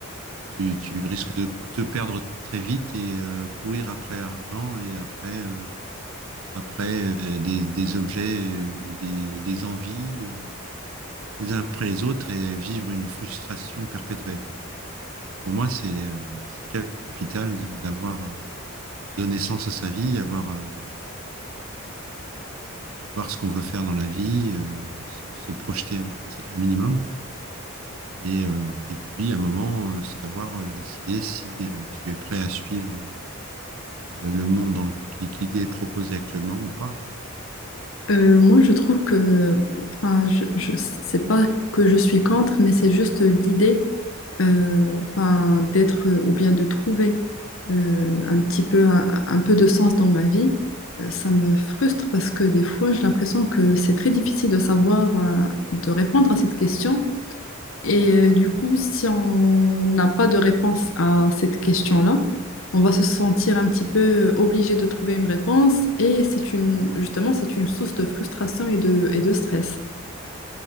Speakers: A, on the right (about 75°); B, on the left (about 70°).
A: tu, tu risques de te perdre très vite et euh, courir après l'argent et après, euh, après euh, des, des objets euh, ou des, des envies euh, les uns après les autres et vivre une frustration perpétuelle. Donc, pour moi, c'est euh, c'est capital de- d'avoir euh, donné sens à sa vie, avoir euh, voir ce qu'on veut faire dans la vie, euh, se, se projeter un petit, un minimum. Et, euh, et puis, à un moment, euh, savoir euh, décider si euh, tu es prêt à suivre euh, le monde dans le- qui, qui t'est proposé actuellement ou pas, quoi.
B: Euh, moi, je trouve que, enfin, je, je, c'est pas que je suis contre, mais c'est juste l'idée, euh, enfin, d'être euh, ou bien de trouver euh, un petit peu, un, un peu de sens dans ma vie. Euh, ça me frustre parce que des fois, j'ai l'impression que c'est très difficile de savoir, euh, de répondre à cette question. Et euh, du coup, si on n'a pas de réponse à cette question-là, on va se sentir un petit peu obligé de trouver une réponse et c'est une, justement, c'est une source de frustration et de, et de stress.